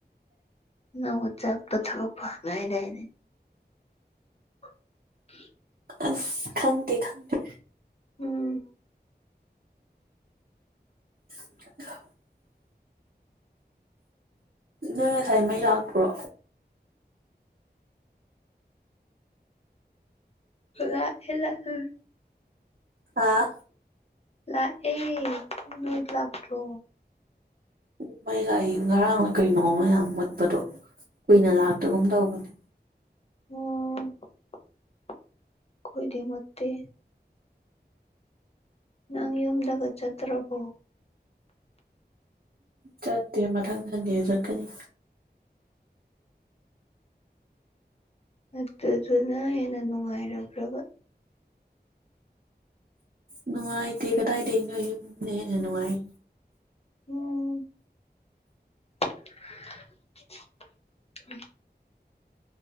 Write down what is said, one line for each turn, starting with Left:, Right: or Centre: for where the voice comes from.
Left: ꯅꯕꯨ ꯆꯞꯇ ꯊꯕꯛ ꯐꯡ ꯉꯩ ꯗꯥꯏꯅꯦ <inaudible>
Right: ꯑꯁ ꯈꯪꯗꯦ ꯈꯪꯗꯦ
Left: ꯎꯝ
Right: <unintelligible> ꯅꯪ ꯉꯁꯥꯏ ꯃꯩ ꯂꯥꯛꯄ꯭ꯔꯣ
Left: ꯂꯥꯛ ꯑꯦ ꯂꯥꯛ ꯑꯦ
Right: ꯑꯥ
Left: ꯂꯥꯛ ꯑꯦ ꯃꯤ ꯂꯥꯛ꯭ꯔꯣ
Right: ꯑꯗꯨ ꯃꯩ ꯂꯥꯏ ꯉꯔꯥꯡꯅ ꯀꯩꯅꯣꯝꯃ ꯌꯥꯝ ꯃꯣꯠ ꯗꯣ ꯀꯨꯏꯅ ꯂꯥꯛꯇꯒꯨꯝ ꯇꯧꯕꯅꯦ
Left: ꯑꯣ ꯀꯣꯏꯗꯤ ꯃꯨꯠꯇꯦ ꯅꯪ ꯌꯨꯝꯗꯒ ꯆꯠꯇ꯭ꯔꯕꯣ
Right: ꯆꯠꯇꯦ ꯃꯊꯪ ꯊꯟꯗꯤꯦ ꯆꯠꯀꯅꯤ
Left: ꯃ ꯑꯗꯨꯅ ꯍꯦꯟꯅꯥ ꯉꯥꯏꯔꯕ꯭ꯔꯕ
Right: ꯅꯨꯡꯉꯥꯏꯇꯦ ꯀꯗꯥꯏꯗꯒꯤ ꯑꯩꯅꯣ ꯌꯨꯝꯅ ꯍꯦꯟꯅ ꯅꯨꯡꯉꯥꯏ
Left: ꯎꯝ <unintelligible>